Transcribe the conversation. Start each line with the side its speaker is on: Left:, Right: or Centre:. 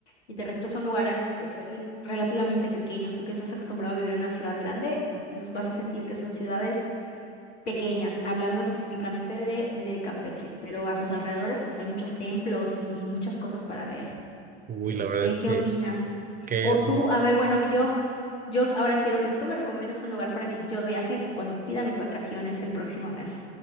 Left: Y te repito, son lugares eh, rel- relativamente pequeños. Tú que estás acostumbrado a vivir en una ciudad grande, los vas a sentir que son ciudades pequeñas, hablando específicamente de Mérida y Campeche, pero a sus alrededores pues hay muchos templos y, y muchas cosas para ver,
Right: Uy,
Left: ¿sí?
Right: la verdad
Left: ¿Qué,
Right: es
Left: qué
Right: que,
Left: opinas?
Right: que
Left: O tú, a ver, bueno, yo, yo ahora quiero que tú me recomiendes un lugar para que yo viaje cuando pida mis vacaciones el próximo mes.